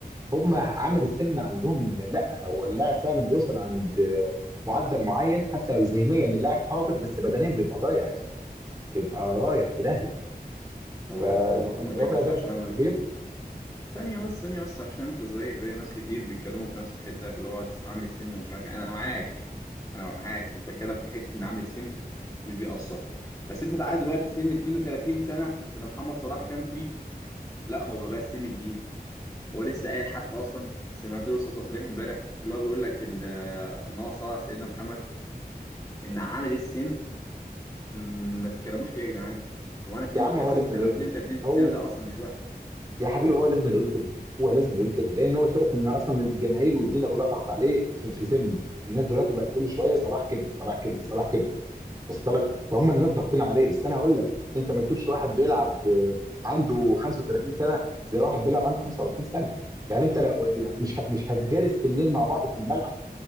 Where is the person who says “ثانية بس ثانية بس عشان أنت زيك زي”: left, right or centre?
Left